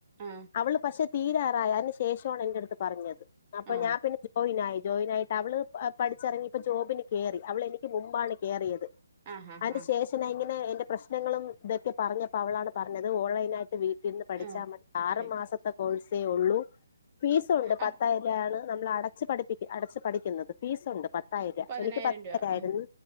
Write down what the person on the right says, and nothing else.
ആ
ആ
ആ ഹാ
ഹാ
ആ
പഠിക്ക
ആ
പതിനായിരം
രൂപ
ഉം